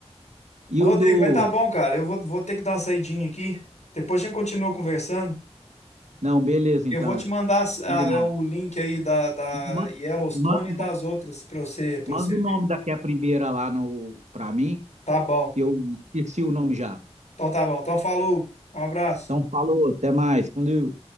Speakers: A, on the left; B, on the right.
A: Ô,
B: E
A: Rodrigo,
B: o do.
A: mas tá bom, cara. Eu vou, vou ter que dar uma saidinha aqui. Depois a gente continua conversando.
B: Não, beleza,
A: Eu
B: então.
A: vou te mandar as- a-
B: Combinado.
A: é, o link aí da, da
B: Ma-
A: Yellowstone
B: ma-
A: e das
B: ma-
A: outras pra você, pra
B: manda
A: você
B: o nome
A: ver.
B: daquela primeira lá no... pra mim,
A: Tá bom.
B: que eu esqueci o nome já.
A: Então tá bom. Então falou. Um abraço.
B: Então, falou, até mais. Quando